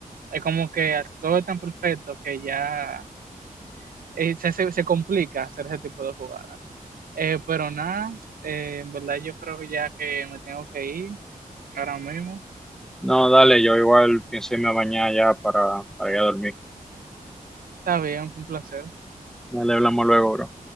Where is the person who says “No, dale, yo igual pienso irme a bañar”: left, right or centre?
Centre